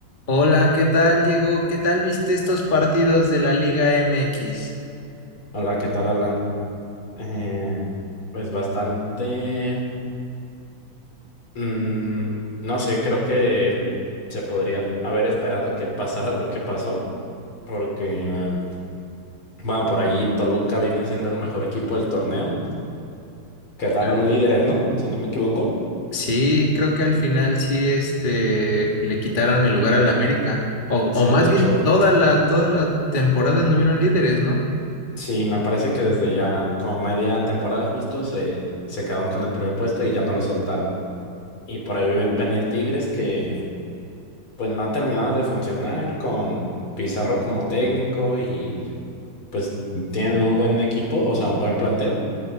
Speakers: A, on the left; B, on the left.
A: Hola, ¿qué tal, Diego? ¿Qué tal viste estos partidos de la Liga MX?
B: Hola, ¿qué tal, Alan? Eh, pues bastante, mm, no sé, creo que se podría haber esperado que pasara <laughs> lo que pasó, porque, eh, bueno, por ahí Toluca viene siendo el mejor equipo del torneo. Quedaron
A: Claro.
B: líderes, ¿no? Si no me equivoco.
A: Sí, creo que al final sí, este, le quitaron el lugar al América. O,
B: Sí,
A: o más
B: de hecho,
A: bien toda la, toda la temporada anduvieron líderes, ¿no?
B: sí, me parece que desde ya como media temporada justo se, se quedaron con el primer puesto y ya no lo soltaron. Y por ahí ven- venía el Tigres que pues no ha terminado de funcionar con Pizarro como técnico y pues tienen un buen equipo, o sea, buen plantel,